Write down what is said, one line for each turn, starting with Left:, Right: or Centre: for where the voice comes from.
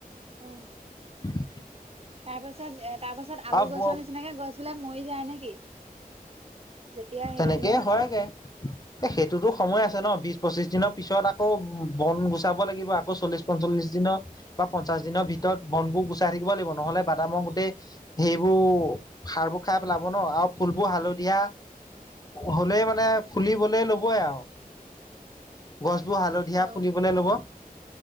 Right: অ
Left: <unintelligible>
Right: তাৰ পাছত এ তাৰ পাছত আলু
Left: আৰু
Right: গছৰ নিচিনাকে গছবিলাক মৰি যায় নেকি? যেতিয়া
Left: তেনেকেই
Right: হেৰি হয়
Left: হয়গে এ সেইটোতো সময় আছে ন বিশ পঁচিশ দিনৰ পিছত আকৌ বন গুচাব লাগিব আকৌ চল্লিশ পঞ্চল্লিশ দিনৰ বা পঞ্চাশ দিনৰ ভিতৰত বনবোৰ গুচাই থাকিব লাগিব নহ'লে বাদাম গোটেই সেইবোৰ সাৰবোৰ খাই পেলাব ন আৰু ফুলবোৰ হালধীয়া হ'লেই মানে ফুলিবলে লবই আৰু গছবোৰ হালধীয়া ফুলিবলৈ
Right: অ
Left: ল'ব। তাৰ,